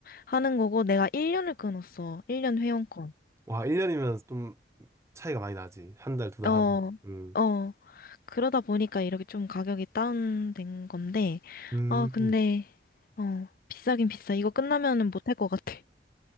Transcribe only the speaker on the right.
와, 1년이면 좀 차이가 많이 나지. 한 달, 두 달
하면. 음.
음.